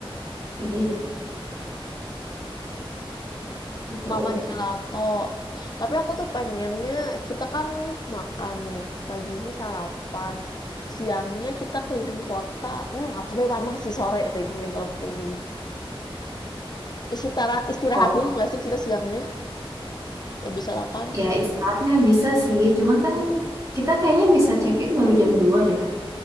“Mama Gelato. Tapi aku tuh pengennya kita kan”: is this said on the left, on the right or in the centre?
Left